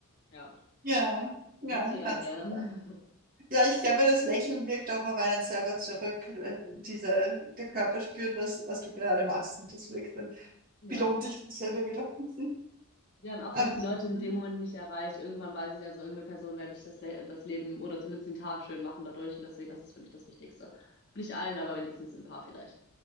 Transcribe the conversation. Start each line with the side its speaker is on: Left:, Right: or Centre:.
Left: Ja,
Right: Ja,
Left: provoziere
Right: ja, kannst
Left: dann gerne.
Right: du.
Left: <laughs>
Right: Ja, ich glaube, das Lächeln wirkt auch auf einen selber zurück. Äh, Diese, der Körper spürt, was, was du gerade machst und das wirkt dann,
Left: Ja.
Right: belohnt dich selber wieder. <laughs>
Left: Ja, und auch
Right: Aber
Left: wenn es
Right: das
Left: die Leute
Right: ist
Left: in dem Moment nicht erreicht, irgendwann weiß ich, also irgendeine Person werde ich das, Le das Leben oder zumindest den Tag schön machen dadurch und deswegen, das ist für mich das Wichtigste. Nicht allen, aber wenigstens ein paar vielleicht.